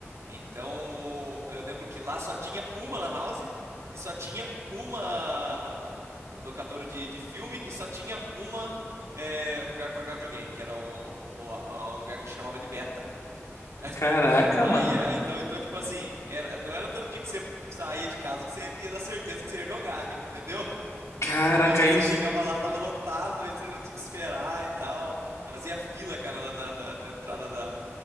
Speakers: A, on the right (about 80°); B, on the left (about 75°).
A: Então, eu lembro que lá só tinha uma lan house e só tinha uma locadora de, de filme e só tinha uma eh, lugar para jogar videogame, que era o, o, a- o lugar que a gente chamava de beta. <laughs>
B: caraca,
A: Aí,
B: mano.
A: aí, então, então, tipo assim, era- não era todo dia que você saía de casa que você ia dar certeza que você ia jogar, <laughs> entendeu?
B: Caraca,
A: Às vezes
B: isso.
A: você chegava lá, tava lotado, aí você não tinha que esperar e tal. Fazia fila, cara, na, na, na- na entrada da,